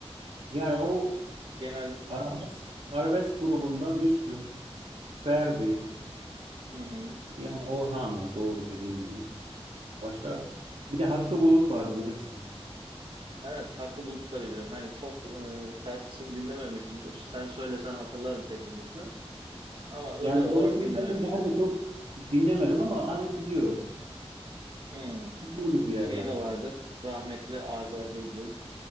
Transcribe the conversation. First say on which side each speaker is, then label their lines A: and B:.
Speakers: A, on the right; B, on the right.
A: Yani o
B: Genel
A: arabesk, arabesk grubunda Müslüm, Ferdi,
B: hı hı.
A: yani Orhan var doğru dediğin gibi. Başka bir de Hakkı Bulut vardı bilirsin.
B: Evet Hakkı Bulut da bilirim. Hani çok e, şarkısını dinlememişimdir. Sen söylesen hatırlarım kesinlikle. Ama özel
A: Yani
B: olarak
A: doğrusunu
B: dinlememişimdir.
A: istedim ben de çok dinlemedim ama hani biliyorum.
B: Hmm.
A: Bulduk bir yerlerde.
B: Şey de vardır. Rahmetli Azer Bülbül.